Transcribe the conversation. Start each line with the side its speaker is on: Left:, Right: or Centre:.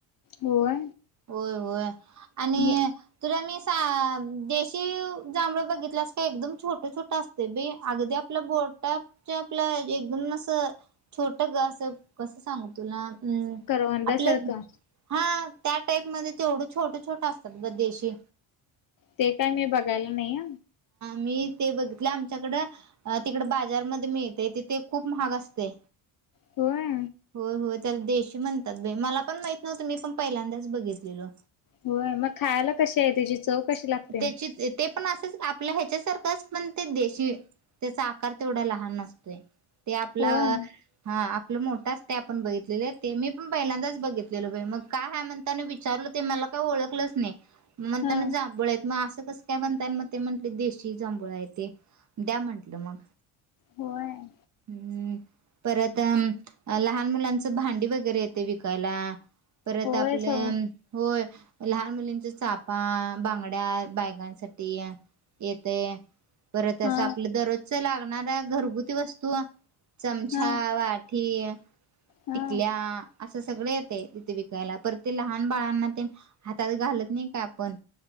Left: होय
Right: होय होय आणि
Left: हे
Right: तुला मी सा देश श्ही जांळ बघितलास का एकदम छोट छोट असते बाई अगदी आपला बोट टाप च्या आपल एकदन असं छोट ग असं कसं सांगू तुला. हम्
Left: करवंदासारखं
Right: आपल्या हा. त्या टाईप मध्ये तेवढं छोट छोट असतात ग देशी.
Left: ते काय मी बघायला नाही.
Right: मी ते बघितले आमच्याकडं तिकड बाजारमध्ये मिळते तथे खूप महाग असते.
Left: होय.
Right: होय होय देशी म्हणतात बाई मला पण माहित नव्हतं मी पण पहिल्यांदाच बघितलेलो.
Left: होय मग खायला कशी आहे त्याची चव कशी लागते.
Right: त्याची ते पण असंच आपल्या ह्याच्यासारखच पण ते देशी त्याचा आकार तेवढा लहान असतोय. ते आपला
Left: होय
Right: हा. आप मोठं ते आपण बघितलेले ते मी पण पहिल्यांदाच बघितलेलो मग काय हय म्हणता मी विचारल ते मला का ओळलंच नाही म
Left: हा
Right: त्यांना जांळ मग असं कस काय म्हण ते म्हटले देशी जांभूळ आहे ते द्या म्हटलं मग.
Left: होय
Right: हम्म परत अ लहान मुलांचं भांडी वगैरे येते विकायला. परत
Left: होय
Right: आपल्या
Left: सगळं
Right: होय. लहान मुलींच्या चापा बांगड्या बायकांसाठी येतय. बरत असं
Left: हा
Right: आपलं दररोजच लागणार आस घरगुती वस्तू चमचा
Left: हा
Right: वाठी
Left: हा
Right: टिकल्या. असं सगळे येते तिथे विकायला पर ते लहान बाळांना ते हातात घालत नाही का आपण.